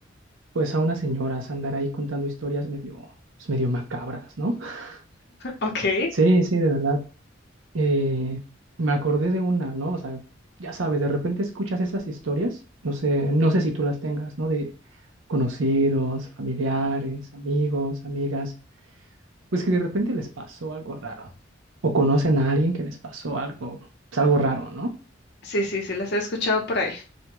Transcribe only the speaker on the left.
Ok,
sí, sí, sí, las he escuchado por ahí.